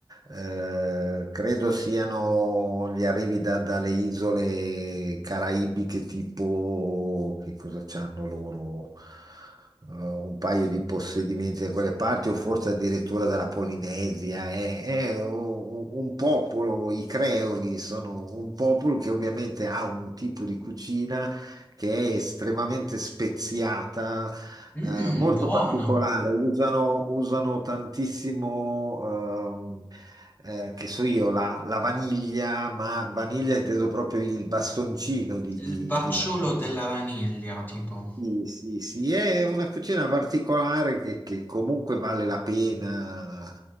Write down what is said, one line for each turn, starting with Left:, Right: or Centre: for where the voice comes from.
Right: Eh, credo siano gli arrivi da- dalle isole caraibiche, tipo che cosa c'hanno loro? Eh, un paio di possedimenti da quelle parti, o forse addirittura dalla Polinesia. È, è un, un popolo, i creoli sono un popolo che ovviamente ha un tipo di cucina che è estremamente speziata,
Left: Mmm,
Right: eh, molto
Left: buono.
Right: particolare, usano, usano tantissimo, ehm, eh, che so io, la, la vaniglia, ma vaniglia inteso proprio il bastoncino di,
Left: Il
Right: di,
Left: "Bacciolo
Right: di vaniglia.
Left: della vaniglia", tipo.
Right: Sì, sì, sì, è una cucina particolare che, che comunque vale la pena